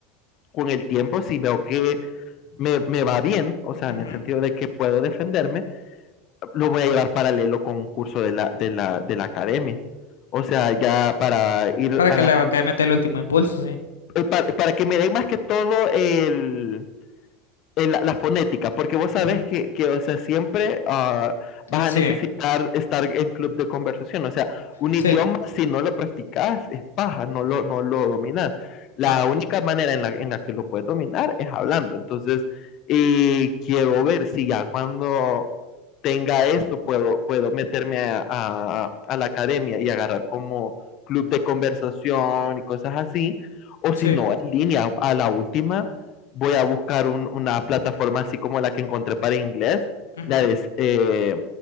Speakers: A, on the left (about 50°); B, on the left (about 85°).
A: con el tiempo, si veo que me, me, va bien, o sea,
B: ujú.
A: en el sentido de que puedo defenderme, lo voy a llevar paralelo con un curso de la, de la, de la academia. O sea, ya para ir
B: Para
A: agarrando
B: que le acabe de meter el último impulso, sí.
A: para, para que me den más que todo el, el- la, la fonética, porque vos sabes
B: Ujú.
A: que, que, o sea, siempre ah, vas
B: L- Sí,
A: a necesitar estar en club de conversación, o sea, un
B: sí,
A: idioma si no lo practicas es paja, no lo, no lo dominas. La
B: no,
A: única manera en la, en la que lo puedes dominar es hablando, entonces, y quiero ver si ya cuando tenga eso, puedo, puedo meterme a, a, a la academia y agarrar como club de conversación y cosas así, o
B: sí.
A: si no, en línea, a la última voy a buscar un- una plataforma así como la que encontré para inglés,
B: ujú,
A: la de eh,